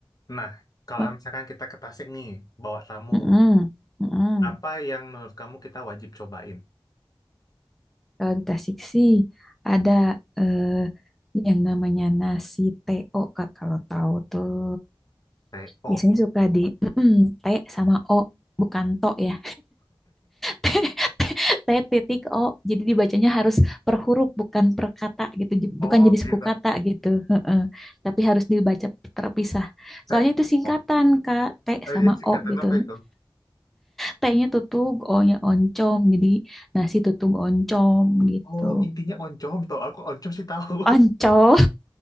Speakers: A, on the left; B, in the centre.
A: Nah, kalau
B: Mak
A: misalkan kita ke Tasik nih, bawa tamu,
B: mm-mm, mm-mm.
A: apa yang menurut kamu kita wajib cobain?
B: Kalau di Tasik sih ada eh, yang namanya nasi TO kak. Kalau tahu tuh
A: TO.
B: biasanya suka di <clears throat> T sama O, bukan to ya. <laughs> T, T titik O. Jadi dibacanya harus per huruf, bukan per kata gitu. J-
A: Oh
B: Bukan jadi suku
A: gitu.
B: kata gitu. Heeh. Tapi harus dibaca terpisah.
A: TO.
B: Soalnya itu singkatan kak, T
A: Eh,
B: sama
A: jadi singkatan
B: O gitu.
A: apa itu?
B: T-nya tutug, O-nya oncom. Jadi nasi tutug oncom gitu.
A: Oh, intinya oncom toh. Aku oncom sih tahu.
B: Oncom,